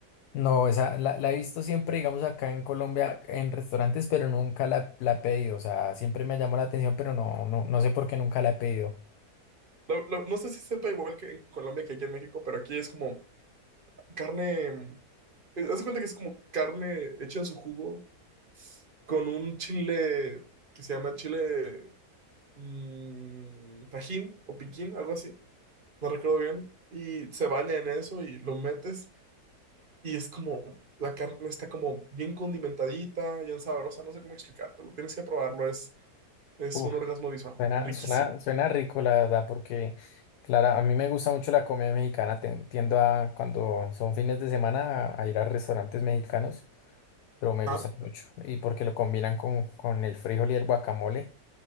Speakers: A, on the left; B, on the right.
A: No, esa la, la he visto siempre, digamos, acá en Colombia, en restaurantes, pero nunca la, la he pedido. O sea, siempre me llamó la atención, pero no, no, no sé por qué nunca la he pedido.
B: lo- lo- no sé si sepa igual que en Colombia que aquí en México, pero aquí es como carne. eh, Haz de cuenta que es como carne hecha en su jugo con un chile que se llama chile mm, tajín o piquín, algo así. No recuerdo bien. Y se baña en eso y lo metes y es como la carne está como bien condimentadita, bien sabrosa. No sé cómo explicártelo. Tienes que probarlo. Es, es
A: Uf,
B: un orgasmo visual.
A: suena,
B: Riquísimo.
A: suena, suena rico, la verdad, porque, claro, a mí me gusta mucho la comida mexicana. ten- Tiendo a, cuando son fines de semana, a, a ir a restaurantes mexicanos, pero me
B: Ah,
A: gustan mucho. Y porque lo combinan con, con el frijol y el guacamole.